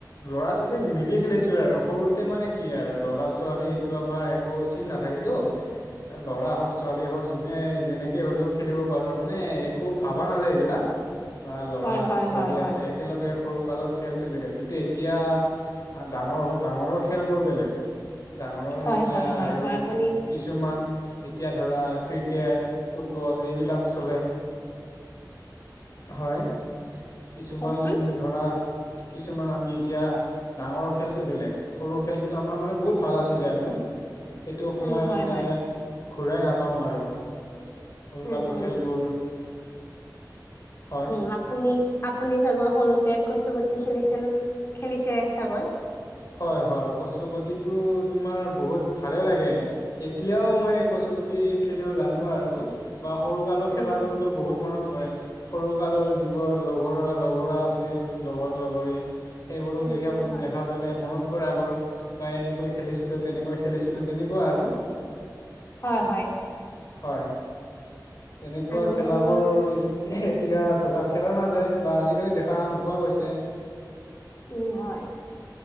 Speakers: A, on the left (about 55°); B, on the left (about 35°).
A: ল'ৰা-ছোৱালী মিলি খেলিছোঁ আৰু সৰু। তে মানে কি আৰু ল'ৰা-ছোৱালী এইটো আমাৰ একো চিন নাথাকেতো ল'ৰা হওঁক ছোৱালী হওঁক যো মানে যেনেকে হ'লেও খেলিব পাৰোঁ মানে একো ভাবা নাযায় এইবিলাক। বা ল'ৰা
B: হয়
A: আছে
B: হয়
A: ছোৱালী
B: হয় হয়
A: আছে একেলগে। সৰু কালৰ খেলটো বেলেগ কিন্তু এতিয়া ডাঙৰ হৈ ডাঙৰৰ খেলবোৰ বেলেগ। ডাঙৰৰ
B: হয়
A: এতিয়া
B: হয় হয়
A: আৰু
B: হয় আপুনি
A: কিছুমান এতিয়া ধৰা। ক্ৰিকেট ফুটবল সেইবিলাক চলে। হয় কিছুমান
B: কওকচোন
A: ধৰা। কিছুমান আমি এতিয়া ডাঙৰৰ খেলটো বেলেগ সৰু খেলটো আমাৰ মানে বহুত ভাল আছিলে আৰু।
B: <inaudible>
A: সেইটো সময়
B: উম
A: আমি
B: হয়
A: যেনে
B: হয়
A: ঘূৰাই নাপাওঁ আৰু। সৰুকালৰ
B: উম উম
A: খেলবোৰ। হয়
B: উম আপুনি, আপুনি চাগৈ সৰুতে। কচু গুটি খেলিছে খেলিছে চাগে
A: হয় হয় কচু গুটি তোমাৰ বহুত ভালে লাগে এতিয়াও মই কচু গুটি খেলিব জানো আৰু বা সৰু কালৰ
B: উম
A: খেলা বোৰতো
B: হয়
A: বহুত মনত সৰু কালৰ যিবোৰ লগ লগৰা আছিল লগৰ লগৰী সেইবোৰো
B: উম
A: দেখি
B: উম
A: দে
B: হয়
A: দেখা পালে মনত পৰে আগৰ বা এনেকৈ খেলিছিলো তেনেকৈ খেলিছিলো তেনেকুৱা আৰু
B: হয়, হয়।
A: হয় তেনেকুৱা
B: আমি
A: খেলাবোৰ
B: সৰু কালত
A: এতিয়া ধৰা খেলা নাযায় বা আজিকালি দেখা নোপোৱা গৈছে
B: উম হয়,